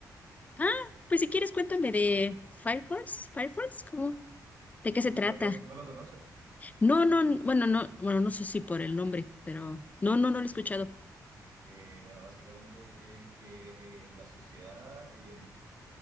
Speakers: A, on the left; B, on the right.
A: Ah, pues si quieres cuéntame de Fire Force, Fire Force, ¿cómo? ¿De qué se
B: Sí,
A: trata?
B: no, no, no lo conoces.
A: No, no, n- bueno, no, bueno, no sé si por el nombre, pero no, no, no lo he escuchado.
B: Eh, bueno, básicamente es que eh, la sociedad... eh,